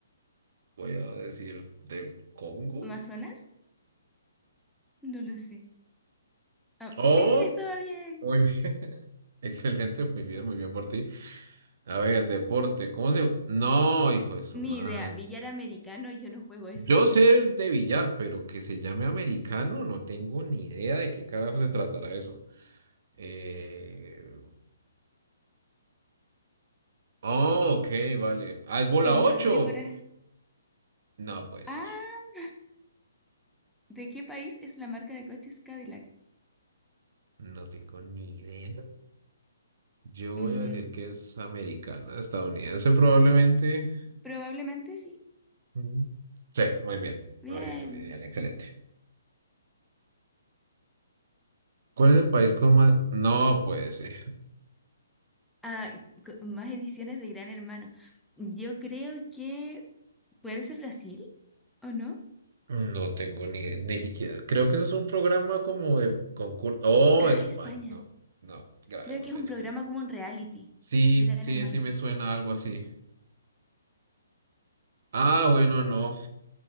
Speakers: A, on the right; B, in the centre.
A: Voy a decir del Congo.
B: ¿Amazonas? No lo sé. Ah,
A: Oh,
B: sí, estaba bien.
A: muy bien. <laughs> Excelente, muy bien, muy bien por ti. A ver, deporte. ¿Cómo se...? No, hijo de su
B: Ni
A: madre.
B: idea. Billar americano, yo no juego eso.
A: Yo sé de billar, pero que se llame americano, no tengo ni idea de qué carajo se tratará eso. Eh... Oh, ok, vale. Ah, es bola
B: E Introducir
A: 8.
B: para...
A: No puede
B: Ah,
A: ser.
B: ¿de qué país es la marca de coches Cadillac?
A: No tengo ni idea. Yo
B: Mm,
A: voy a decir que es americana, estadounidense probablemente.
B: probablemente sí.
A: Mm. Sí, muy bien.
B: Bien.
A: Muy bien, muy bien. Excelente. ¿Cuál es el país con más...? No puede ser.
B: Ah, co- más ediciones de Gran Hermano. Yo creo que puede ser Brasil, ¿o no?
A: No tengo ni, ni siquiera. Creo que eso es un programa como de concurso. Oh,
B: Ah,
A: España.
B: España.
A: No, no, graves,
B: Creo
A: no
B: que
A: tenía
B: es un programa
A: ni idea.
B: como un reality.
A: Sí,
B: Gran
A: sí,
B: Hermano.
A: sí me suena algo así. Ah, bueno, no.